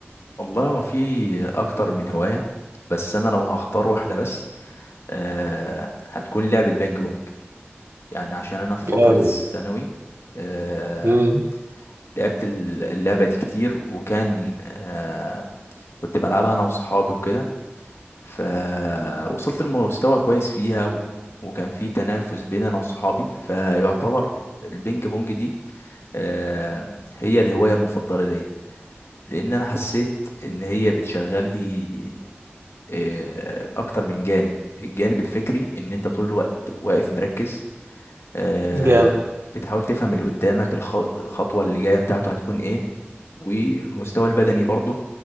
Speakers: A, on the left (about 80°); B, on the right (about 75°).
A: والله هو في اكتر من هواية بس انا لو هختار واحدة بس آه هتكون لعب البينج بونج يعني عشان انا في
B: جامد
A: فترة الثانوي آه
B: امم
A: لعبت ال- اللعبة دي كتير وكان آه كنت بلعبها انا وصحابي وكده فوصلت لمستوى كويس فيها و... وكان في تنافس بين انا وصحابي فيعتبر البينج بونج دي آه هي الهواية المفضلة ليا لان انا حسيت ان هي بتشغل لي آه، اكتر من جانب الجانب الفكري ان انت طول الوقت واقف مركز آه،
B: جامد
A: بتحاول تفهم اللي قدامك الخ- الخطوة اللي جاية بتاعته هتكون ايه ومستوى البدني برضه